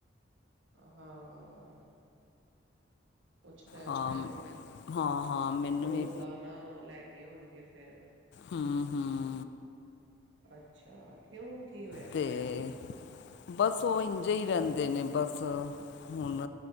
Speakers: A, on the right; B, on the left.
A: ਹਾਂ। ਕੁਛ ਟਾਈਮ
B: ਹਾਂ
A: ਪੈਲੇ,
B: ਹਾਂ ਹਾਂ ਮੈਨੂੰ
A: ਤੇ
B: ਵੀ
A: ਮੁਲਾਣਾ ਲੈ ਗਏ ਹੋਣਗੇ, ਫਿਰ
B: ਹਂ, ਹਂ।
A: ਅੱਛਾ, ਕਿਉਂ? ਕੀ ਹੋਇਆ
B: ਤੇ
A: ਸੀ
B: ਬਸ ਓ ਇੰਝੇ ਈ ਰੈਂਦੇ ਨੇ ਬਸ, ਹੁਣ